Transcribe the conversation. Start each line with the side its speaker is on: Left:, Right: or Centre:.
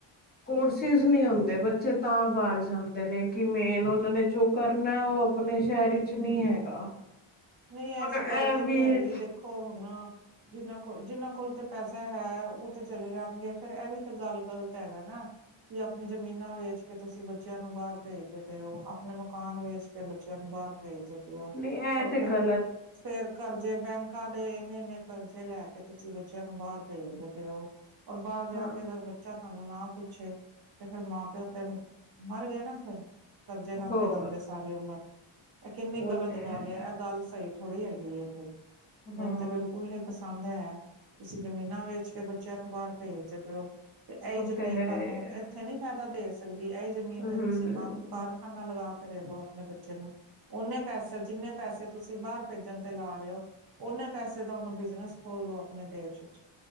Left: ਕੋਰਸਿਸ ਨਹੀਂ ਹੁੰਦੇ, ਬੱਚੇ ਤਾਂ ਬਾਹਰ ਜਾਂਦੇ ਨੇ। ਕਿ ਮੇਨ ਉਹਨਾਂ ਨੇ ਜੋ ਕਰਨਾ, ਉਹ ਆਪਣੇ ਸ਼ਹਿਰ ਵਿੱਚ ਨਹੀਂ ਹੈਗਾ।
Right: ਨਹੀਂ ਐਸੀ
Left: ਹੁਣ ਇਹ
Right: ਗੱਲ ਤੇ ਨਹੀਂ
Left: ਵੀ
Right: ਹੈਗੀ ਦੇਖੋ ਹੁਣ ਜਿੰਨਾਂ ਕੋਲ ਜਿਹਨਾਂ ਕੋਲ ਤੇ ਪੈਸਾ ਹੈ ਉਹ ਤੇ ਚਲੇ ਜਾਣਗੇ, ਫੇਰ ਇਹ ਵੀ ਤਾਂ ਗੱਲ ਗ਼ਲਤ ਹੈਗਾ ਨਾ। ਕਿ ਆਪਣੀ ਜ਼ਮੀਨਾਂ ਵੇਚ ਕੇ ਤੁਸੀਂ ਬੱਚਿਆਂ ਨੂੰ ਬਾਹਰ ਭੇਜਦੇ ਪਏ ਔ, ਆਪਣੇ ਮਕਾਨ ਵੇਚ ਕੇ ਬੱਚਿਆਂ ਨੂੰ ਬਾਹਰ ਭੇਜਦੇ ਪਏ ਹੋ
Left: ਨਹੀਂ ਇਹ
Right: ਔਰ
Left: ਤੇ ਗੱਲ
Right: ਫਿਰ ਕਰਜ਼ੇ ਬੈਂਕਾਂ ਤੇ ਇੰਨੇ-ਇੰਨੇ ਕਰਜ਼ੇ ਲੈ ਕੇ ਤੁਸੀਂ ਬੱਚਿਆਂ ਨੂੰ ਬਾਹਰ ਭੇਜਦੇ ਔ। ਔਰ ਬਾਹਰ ਜਾ
Left: ਹਾਂ
Right: ਕੇ ਅਗਰ ਬੱਚਾ ਸਾਨੂੰ ਨਾ ਪੁੱਛੇ ਤੇ ਫੇਰ ਮਾਂ ਪਿਓ ਤੇ ਮਰ ਗਏ ਨਾ ਫਿਰ। ਕਰਜ਼ੇ ਲਾਦੇ-ਲਾਦੇ
Left: ਹੋਰ
Right: ਸਾਰੀ ਉਮਰ, ਇਹ ਕਿੰਨੀ
Left: ਉਹ
Right: ਗ਼ਲਤ
Left: ਤੇ ਹੈ।
Right: ਗੱਲ ਐ ਭਈ ਥੋੜ੍ਹੀ ਹੈਗੀ ਏ ਫ਼ਿਰ ਤੇ
Left: ਹਾਂ।
Right: ਮੈਨੂੰ ਤੇ ਬਿਲਕੁਲ ਨੀ ਪਸੰਦ ਹੈ। ਤੁਸੀਂ ਜ਼ਮੀਨਾਂ ਵੇਚ ਕੇ ਬੱਚਿਆਂ ਨੂੰ ਬਾਹਰ ਭੇਜਦੇ ਪਏ ਔ। ਤੇ ਇਹੀ
Left: ਉਹ
Right: ਜ਼ਮੀਨ
Left: ਤੇ ਹੈ।
Right: ਤੁਹਾਨੂੰ ਇੱਥੇ ਨੀ ਫਾਇਦਾ ਦੇ ਸਕ ਇਹ ਜ਼ਮੀਨ
Left: ਹੂੰ।
Right: ਤੇ ਤੁਸੀਂ ਕੰਮ ਕਾਰਖਾਨਾ ਲਗਾ ਕੇ ਦੇ ਦੋ ਆਪਣੇ ਬੱਚੇ ਨੂੰ। ਓਨੇ ਪੈਸੇ ਜਿੰਨੇ ਪੈਸੇ ਤੁਸੀਂ ਬਾਹਰ ਭੇਜਣ ਤੇ ਲਾ ਰਹੇ ਹੋ, ਓਨੇ ਪੈਸੇ ਦਾ ਉਹਨੂੰ ਬਿਜਨਸ ਖੋਲ ਦੋ, ਆਪਣੇ ਦੇਸ਼ ਵਿੱਚ।